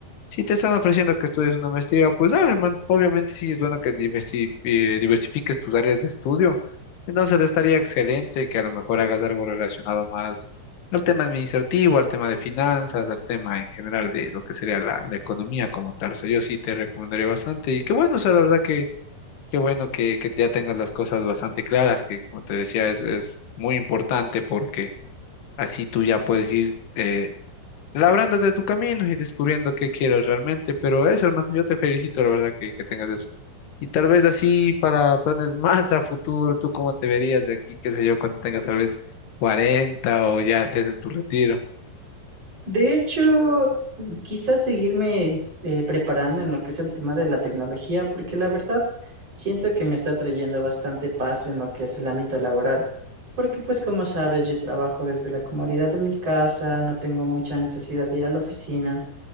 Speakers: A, on the left; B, on the right.
A: si te están ofreciendo que estudies una maestría, pues dale, hermano, obviamente sí es bueno que diversi- eh, diversifiques tus áreas de estudio, entonces estaría excelente que a lo mejor hagas algo relacionado más al tema administrativo, al tema de finanzas, al tema en general de lo que sería la, la economía como tal. O sea, yo sí te recomendaría bastante y qué bueno, o sea, la verdad que qué bueno que, que ya tengas las cosas bastante claras, que como te decía es, es muy importante porque así tú ya puedes ir eh, labrándote tu camino y descubriendo qué quieres realmente. Pero eso, hermano, yo te felicito, la verdad que, que tengas eso. Y tal vez así para planes <laughs> más a futuro, ¿tú cómo te verías de aquí, qué sé yo, cuando tengas tal vez 40 o ya estés en tu retiro?
B: De hecho, quizás seguirme eh, preparando en lo que es el tema de la tecnología, porque la verdad siento que me está trayendo bastante paz en lo que es el ámbito laboral, porque pues como sabes, yo trabajo desde la comodidad de mi casa, no tengo mucha necesidad de ir a la oficina,